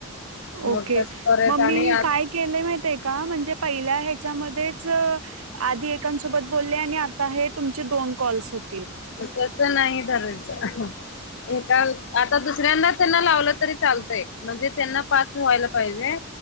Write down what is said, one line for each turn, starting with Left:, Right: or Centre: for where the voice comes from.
Left: मग
Right: ओके
Left: तसं परत
Right: मम ममी
Left: आणि आज
Right: काय केले माहित का म्हणजे पहिल्या ह्याच्यामध्येच आधी एकांसोबत बोलले आणि आता हे तुमचे दोन कॉल्स होते.
Left: तस नाही धरायचं. हे का आता दुसऱ्यांद त्यांना लावलं तरी चालतंय. म्हणजे त्यांना पाच व्हायला पाहिजे.